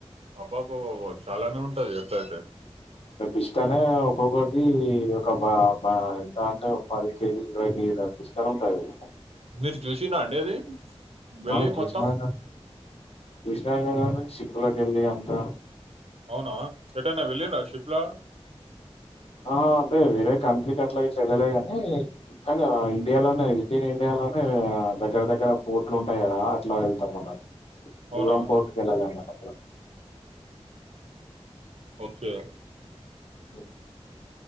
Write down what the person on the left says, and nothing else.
ఇష్టమే కోగటి ఒక బ బ ఎంత అంటే ఒక పది కేజీ ఇరవై కేజిలల ఇస్తరు ఉంటది
ఆ చూసినా
అన్నా చూసినా గదా సిక్కులోకి ఎళ్ళి అంతా
ఆ అంటే వేరే కంట్రీకి అట్లా ఇట్లా ఎళ్ళలే అని కానీ ఇండియాలోనే ఇండియాలో హ్ దగ్గర దగ్గర పోట్లు ఉంటాయి గదా అట్లా ఎళ్తాం అన్నరు
దూరం పోర్ట్ కెల్లాలనట
ఓ